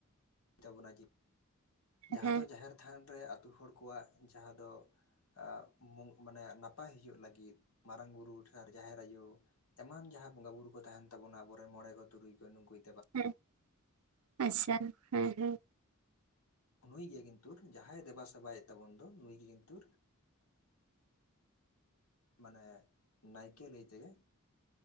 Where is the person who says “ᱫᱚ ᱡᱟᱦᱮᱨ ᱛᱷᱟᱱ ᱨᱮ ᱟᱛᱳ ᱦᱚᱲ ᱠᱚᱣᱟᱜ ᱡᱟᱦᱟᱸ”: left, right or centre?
Left